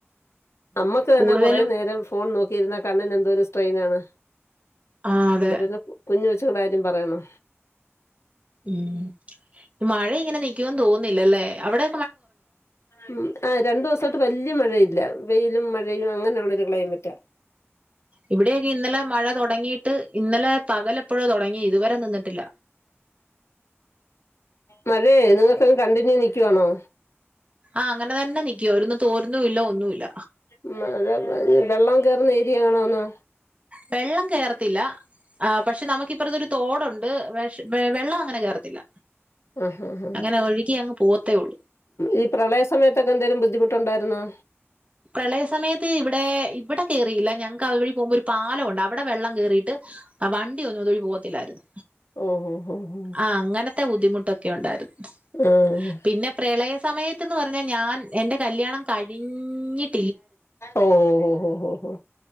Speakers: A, on the left; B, on the right.
A: അമ്മക്ക് തന്നെ
B: കൂടുതലും
A: കുറെ നേരം ഫോൺ നോക്കിയിരുന്നൽ കണ്ണിന്എന്തോ ഒരു സ്ട്രെയിൻ ആണ്.
B: ആ അതെ
A: അിെ കുഞ്ഞ് വെച്ച കാര്യം പറയണോ?
B: ഉം മഴ ഇങ്ങനെ നിക്കുവന്ന് തോന്നുന്നില്ലല്ലേ അവിടെ
A: ഉ ആ രണ്ടു ദിവസാട്ട്. വലിയ മഴയില്ല വെയിലും മഴയും അങ്ങനെയുള്ളോരു ക്ലൈമറ്റ.
B: ഇവിടെയൊക്കെ ഇന്നലെ മഴ തുടങ്ങിയിട്ട് ഇന്നലെ പകലെപ്പോഴോ തുടങ്ങി ഇതുവരെ നിന്നിട്ടില്ല.
A: മതേ നിങ്ങക്ക് കണ്ടിന്യൂ നിക്കുവാണോ?
B: ആഹ അങ്ങനെ തന്നെ നിക്കിയ ഒന്ന് തോരുന്നില്ല ഒന്നുമില്ല.
A: മ്മ് അ അത് വെള്ളം കേയറുന്ന ഏരിയ ആണോന്നോ.
B: വെള്ളം കയർത്തില്ല. ആ പക്ഷെ നമുക്കിപ്പറത്ത് ഒരു തോടുണ്ട് വെഷ് വെള്ളം അങ്ങനെ കേയറത്തില്ല.
A: ആഹ് ആഹ് ആഹ്
B: അങ്ങനെ ഒഴുകി അങ്ങ് പോവാത്തേ ഉള്ളു.
A: ഈ പ്രളയ സമയത്തൊക്കെ എന്തെലും ബുദ്ധിമുട്ടുണ്ടായിരുന്നോ?
B: പ്രളയ സമയത്ത് ഇവിടെ ഇവിടെ. ക കേറിയില്ല ഞങ്ങൾക്ക് അതുവഴി പോകുമ്പോൾ ഒരു പാലംഉണ്ട് അവിടെ വെള്ളം കേയറിട്ട് വണ്ടിയൊന്നും. അതുവഴി പോകത്തില്ലായിരുന്നു.
A: ഓഹ് ഓഹ്
B: ആ അങ്ങനത്തെ ബുദ്ധിമുട്ട്. ഒക്കെ ഉണ്ടായിരുന്നു
A: ഓഹ്
B: പിന്നെ പ്രളയ സമയത്ത്ന്ന് പറ ഞാൻ എന്റെ കല്ല്യണംകഴിഞ്ഞിട്ട്.
A: ഓ ഒ ഒ ഒ ഒ.